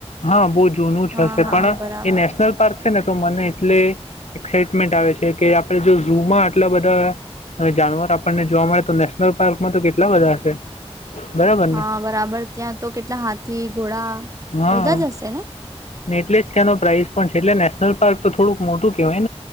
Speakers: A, on the left; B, on the right.
A: હા બહુ જૂનું
B: હા
A: જ હશે,
B: હા
A: પણ
B: બરાબર
A: એ નેશનલ
B: બરાબર
A: પાર્ક છે ને તો મને એટલે એક્સાઇટમેન્ટ આવે છે. કે આપણે જો ઝુમાં આટલા બધા જાનવર આપણને જોવા મળે, તો નેશનલ પાર્કમાં તો કેટલા બધા હશે. બરાબર
B: હા,
A: ને?
B: બરાબર ત્યાં તો કેટલા હાથી ઘોડા
A: હા,
B: બધા જ હશે ને?
A: ને એટલે જ તેનો પ્રાઇઝ પણ છે એટલે પાર્ક તો થોડુંક મોટું કહેવાય